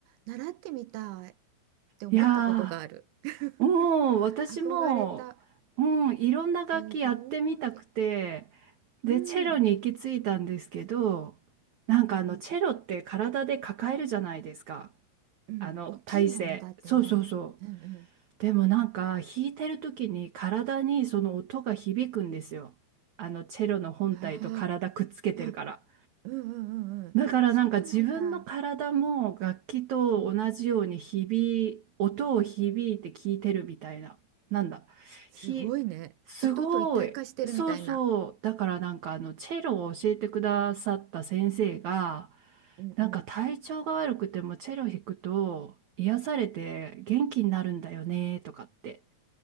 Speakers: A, on the right (about 80°); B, on the right (about 50°).
A: 習ってみたいって思ったことがある。
B: え。いやー。
A: <laughs>
B: うん、私も、
A: 憧れた。
B: うん、いろんな楽器やってみたくて、
A: すごい。
B: で、
A: うん。
B: チェロに行き着いたんですけど、なんかあの、
A: うんうん
B: チェロって体で抱えるじゃないですか。
A: うんうん。
B: あの、
A: 大きいもんね、
B: 体勢。
A: だってね。
B: そうそうそう。
A: うんうん
B: でもなんか、弾いてる時に体にその音が響くんですよ。
A: うん。
B: あの、チェロの本体と体くっつけてるから。
A: ああ、うんうんうんうんうん。
B: だからなんか自分の体も楽器と同じように響い、
A: そうなんだ。うん。
B: 音を響いて聞いてるみたいな。なんだ。
A: すごいね。
B: ひ、すごい。
A: 音と一体化してるみたいな。
B: そうそう。だからなんかあの、チェロを教えてくださった先生が、
A: うんうん。
B: なんか体調が悪くてもチェロ弾くと癒されて元気になるんだよねとかって